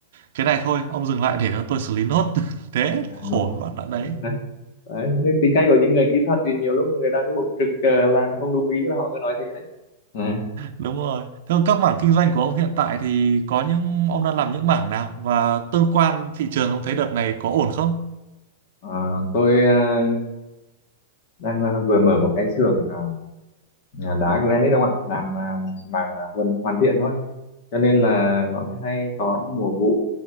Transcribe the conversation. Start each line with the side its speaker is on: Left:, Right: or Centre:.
Right: cái này thôi, ông dừng lại để cho tôi xử lý nốt. <laughs> Thế
Left: à,
Right: khổ
Left: đúng rồi.
Right: đoạn đoạn đấy.
Left: đấy, đấy, nên tính cách của những người kỹ thuật thì nhiều lúc người ta cứ bộc trực ờ, làm không đúng ý là họ cứ nói thế đấy Ừ.
Right: Đúng rồi. Thế còn các mảng kinh doanh của ông hiện tại thì có những ông đang làm những mảng nào và tương quan thị trường ông thấy đợt này có ổn không?
Left: Ờ, tôi ờ, đang ờ, vừa mở một cái xưởng à, à, đá granite không ạ làm à, màng à, hoàn hoàn thiện thôi cho nên là nó sẽ hay có mùa vụ